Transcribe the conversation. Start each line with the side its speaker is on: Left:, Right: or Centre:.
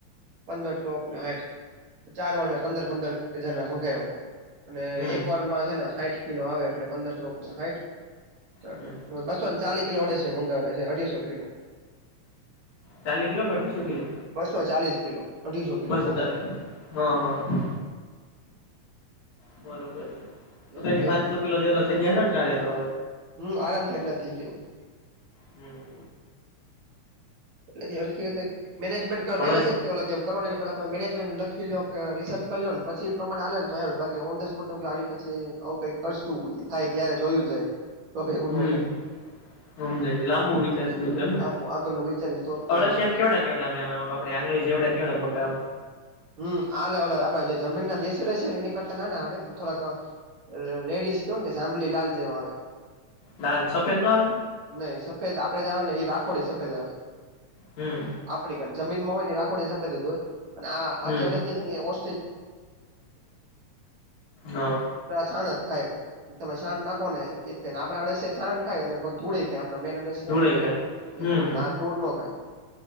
Right: પંદર ચોકને હાઈટ ચાર વાર મેં પંદર પંદર હજાર મંગાવયા હતા અને
Left: હમ
Right: એક વારમાં છે ને હાઈટ કિલો આવે એટલે પંદર ચોક ને હાઈટ ચાર
Left: હમ
Right: ચ બસો ન ચાલી કલોડે અડીસો છે મંગાવેલા છે અઢીસો કિલો
Left: ચાલી કિલો કે અ ઢી શું કિલો
Right: બસો ચાલીસ કિલો અઢીસો કિલો
Left: બસો
Right: મંગાવે
Left: ચાલી
Right: છે
Left: હા હા બરોબર છે તો
Right: એવું
Left: એની
Right: છે
Left: પાંચસો કિલો જેલા થઈ ગયાને તો
Right: હમ આરામથી એટલા જ થઈ ગયો હોય
Left: હમ
Right: પલેથી હ રીતે મેનેજમેન્ટ કર
Left: અળસ
Right: પેલાથી તેમ કરોને પેલા તમેં મેનેજમેન્ટ લખી લો કે રિસર્ચ કરી લો ને પછી એ પ્રમાણે ને હાલોને તો હારુ બાકી ઓંધ સ આ પછી આવું કઈક કરશું એ થાય ત્યારે જોયું જાય તો ભેગું
Left: હમ
Right: ન થાય
Left: સમજાય ગ લાંબુ વિચાર છે બધું એમને
Right: આમ આગળનું વિચારીને તો જ થાય
Left: અળશિયામ
Right: ને.
Left: કેવાડા કેવાડામ આપે આંગળી જેવાડા કેડા મોટામ
Right: હમ આલે ઓ આપડે જે જમીન ના દેશ ર છે ને એની કરતા ના ના હ થોડાક રેડીસ કેવાને કે છે આંબલી લાલ જેવા આવે
Left: લાાલસોપ એ આવે
Right: નઈ સફેદ આપે જ આવે ને એ રાખવાડી સફેદ આવે
Left: હમ
Right: આપડી ક જમીનમાં હોય ને રાખોડ એ સફેદ જ હોય પણ આ
Left: હમ
Right: આજેડે લ પણ આ
Left: હા
Right: છાાન જ ખાય તમે છાાન નાખો ને એને આપણે અડસ છાન ખાયને પણ ધૂળે આપણા મેન એડિયા
Left: ધૂળે
Right: હોય ને
Left: ખાય
Right: એ
Left: હમ
Right: ધૂર
Left: હમ
Right: ખ આ ધૂર ન ખાય